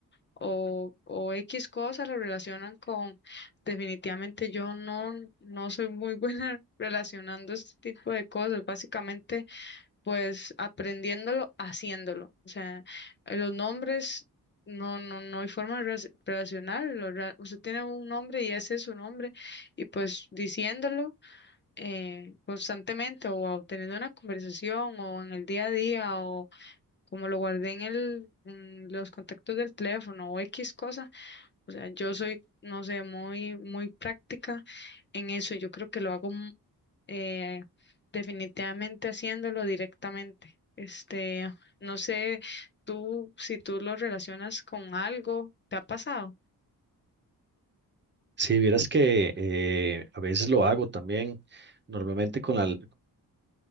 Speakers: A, on the left; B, on the right.
A: o, o X cosa lo relacionan con, definitivamente yo no, no soy muy buena <laughs> relacionando este tipo de cosas, básicamente pues aprendiéndolo, haciéndolo. O sea, eh, los nombres no, no, no hay forma de relac- relacionarlo. rea- Usted tiene un nombre y ese es su nombre y pues diciéndolo eh, constantemente o teniendo una conversación o en el día a día o como lo guardé en el, en los contactos del teléfono o X cosa o sea, yo soy, no sé, muy, muy práctica en eso. Yo creo que lo hago mm, eh, definitivamente haciéndolo directamente. Este, no sé, tú, si tú lo relacionas con algo, ¿te ha pasado?
B: Si vieras que eh, a veces lo hago también, normalmente con, la,